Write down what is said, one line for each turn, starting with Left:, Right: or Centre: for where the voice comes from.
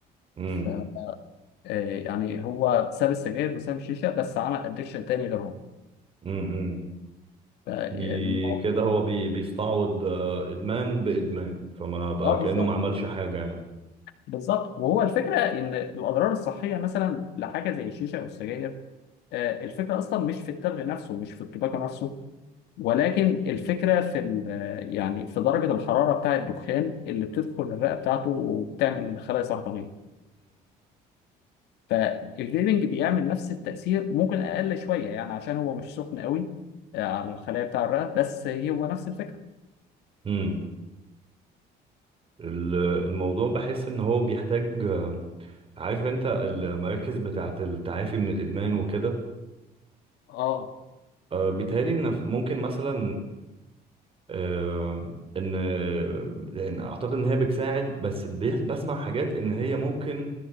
Right: امم
Left: ف آه، يعني هو ساب السجاير وساب الشيشه بس عمل ادكشن تاني غيرهم
Right: امم
Left: ف-
Right: بي
Left: الموضوع-
Right: كده هو بي بيستعوض آه، ادمان بادمان فما بقى
Left: اه
Right: كأنه
Left: بالظبط
Right: ما عملش حاجة يعني
Left: بالظبط وهو الفكره ان الاضرار الصحيه مثلا لحاجه زي الشيشه او السجاير آه، الفكره اصلا مش في التبغ نفسه مش في التباكو نفسه ولكن الفكره في ال- آه، يعني في درجه الحراره بتاع الدخان اللي بتدخل الرئه بتاعته وبتعمل خلايا سرطانيه فالبليدنج بيعمل نفس التأثير ممكن أقل شوية يعني عشان هو مش سخن قوي آه، على الخلايا بتاع الرئة بس هو نفس الفكرة
Right: امم ال- الموضوع بحس ان هو بيحتاج آه، عارف انت المراكز بتاعه التعافي من الادمان وكده
Left: اه
Right: آه، بيتهيألي ان ممكن مثلا آه، ان لأن اعتقد ان هي بتساعد بس بي- بسمع حاجات ان هي ممكن